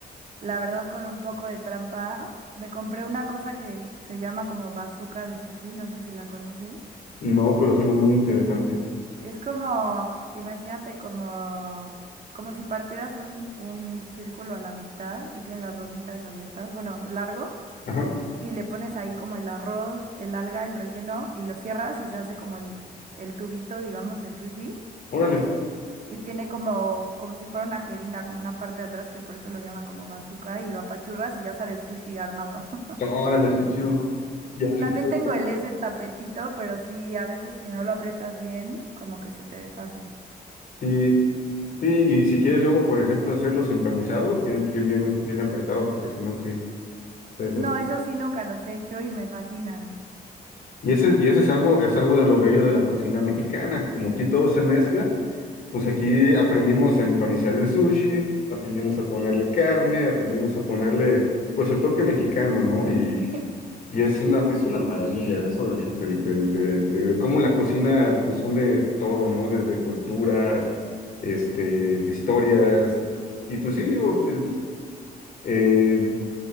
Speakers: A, on the right; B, on the left.
A: la verdad con un poco de trampa. Me compré una cosa que se llama como bazooka de sushi, no sé si la conoces.
B: no, pero suena muy interesante.
A: Es como, imagínate como, como si partieras un, un círculo a la mitad y tienes las dos mitades abiertas, bueno, largo,
B: Ajá,
A: y le pones ahí como el arroz, el alga, el relleno, y lo cierras y se hace como el, el tubito, digamos, del sushi.
B: órale,
A: Y tiene como, como si fuera una jeringa, como una parte de atrás, que por eso lo llaman como bazooka, y lo apachurras y ya sale el sushi armado. <laughs>
B: órale, qué chido. Ya, <laughs> estoy-
A: También tengo el ese tapetito, pero sí, a veces si no lo aprietas bien, como que se te deshace.
B: sí, sí, y si quieres luego, por ejemplo, hacer los empanizados, tiene que ir bien, bien apretado porque si no, sí, se deshace
A: No, eso sí nunca los he hecho y me fascinan.
B: Y ese, y ese es algo, es algo de lo bello de la cocina mexicana. Como aquí todo se mezcla, pues aquí aprendimos a empanizar el sushi, aprendimos a ponerle carne, aprendimos a ponerle, pues, el toque mexicano, ¿no? Y,
A: <laughs>
B: y es una, es una maravilla eso del- del- del- de, de- de cómo la cocina, pues, une todo, ¿no? Desde culturas, este, historias. Y pues sí, digo, el- eh,